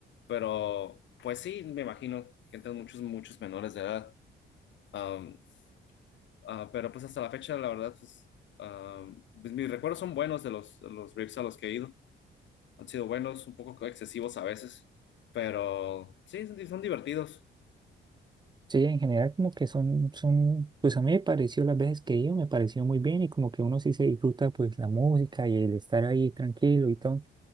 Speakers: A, on the left; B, on the right.
A: pero pues sí, me imagino que entran muchos, muchos menores de edad. Am, ah, pero pues hasta la fecha, la verdad, pues, am, pues, mis recuerdos son buenos de los, de los raves a los que he ido. Han sido buenos, un poco excesivos a veces, pero sí, son son divertidos.
B: Sí, en general como que son, son, pues a mí me pareció las veces que he ido, me pareció muy bien y como que uno sí se disfruta pues la música y el estar ahí tranquilo y todo.